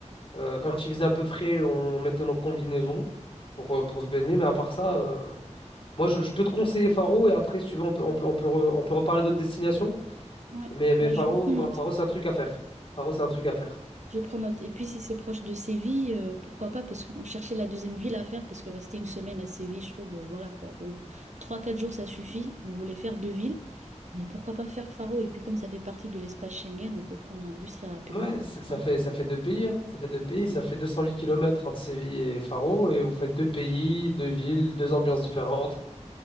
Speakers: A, on the left; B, on the right.
A: Euh, quand il faisait un peu frais, on, on mettait nos combinaisons pour, euh, pour se baigner. Mais à part ça, euh, moi, je, je peux te conseiller Faro. Et après, si tu veux, on peut, on peut, on peut, re- on peut reparler d'autres destinations.
B: Ouais,
A: Mais, mais
B: Bah,
A: Faro,
B: je prends
A: bah,
B: note.
A: Faro, c'est un truc à faire. Faro, c'est un truc à faire.
B: Je prends note. Et puis, si c'est proche de Séville, euh, pourquoi pas? Parce qu'on cherchait la deuxième ville à faire, parce que rester une semaine à Séville, je trouve, euh, voilà quoi. Au bout- Trois, quatre jours, ça suffit. On voulait faire deux villes, mais pourquoi pas faire Faro? Et puis, comme ça fait partie de l'espace Schengen, on peut prendre un bus très rapidement.
A: Ouais, c'est- ça
B: Hein?
A: fait, ça fait deux pays, hein. Ça fait deux pays, ça fait 208 kilomètres entre Séville et Faro, et vous faites deux pays, deux villes, deux ambiances différentes,